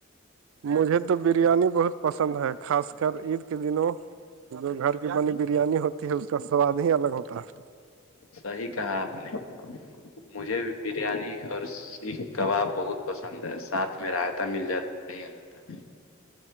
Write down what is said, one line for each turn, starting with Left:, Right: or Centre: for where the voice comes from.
Right: مجھے تو بریانی بہت پسند ہے خاص کر عید کے دنوں جو گھر کی بنی بریانی ہوتی ہے اس کا سواد ہی الگ ہوتا ہے
Left: صحیح کہا آپ نے مجھے بریانی اور سیخ کباب بہت پسند پسند ہے ساتھ میں رائتا مل جاتا ہی آ جاتا ہے